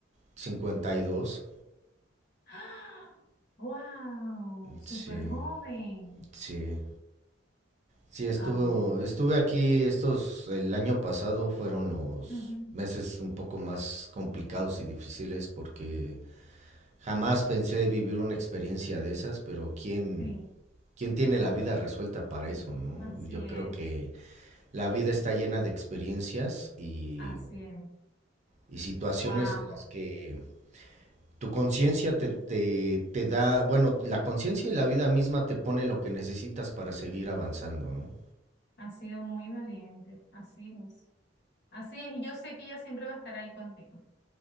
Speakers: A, on the right; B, on the left.
A: 52,
B: ¡Ah! ¡Wow! Súper
A: sí,
B: joven.
A: sí. Sí, estuve,
B: Ah,
A: estuve aquí estos, el año pasado fueron los
B: ujú,
A: meses un poco más complicados y difíciles porque jamás pensé vivir una experiencia de esas, pero ¿quién,
B: Sí,
A: quién tiene la vida resuelta para eso, no?
B: así
A: Yo
B: es.
A: creo que la vida está llena de experiencias y,
B: Así es.
A: y situaciones
B: Wow,
A: en las que tu conciencia te, te, te da, bueno, la conciencia y la vida misma te pone lo que necesitas para seguir avanzando, ¿no?
B: ha sido muy valiente. Así es. Así es. Y yo sé que ella siempre va a estar ahí contigo